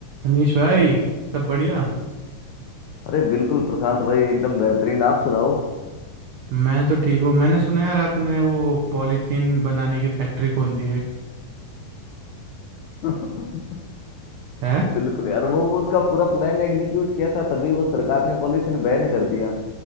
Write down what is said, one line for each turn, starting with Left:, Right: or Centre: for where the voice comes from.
Right: मनीष भाई सब बढ़िया
Left: अरे बिल्कुल प्रशांत भाई एकदम बेहतरीन आप सुनाओ
Right: मैं तो ठीक हूँ मैंने सुना यार आपने वो पॉलीथीन बनाने की फैक्ट्री खोल दी है
Left: <laughs>
Right: है
Left: बिल्कुल यार वो उसका पूरा प्लान एग्जीक्यूट किया था तभी वो सरकार ने पॉलीथीन बैन कर दिया